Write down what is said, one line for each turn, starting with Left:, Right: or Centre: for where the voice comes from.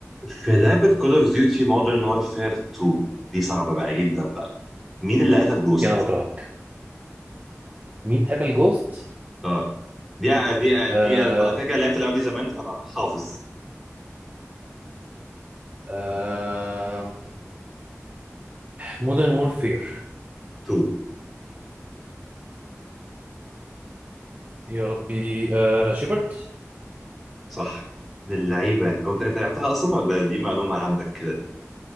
Centre: في لعبة كول اوف ديوتي مودرن وورفير 2 دي صعبة بقى جدا بقى مين اللي قتل جوست؟
Right: انا بكرهك مين قتل جوست
Centre: اه دي ع- دي ع-
Right: آه
Centre: دي انا كده كده لعبت اللعبة دي زمان فانا حافظ
Right: آه مودرن وورفير
Centre: 2
Right: يا ربي آه شيبرد
Centre: صح من اللعيبة هو انت انت لعبتها اصلا ولا دي معلومة عندك كده؟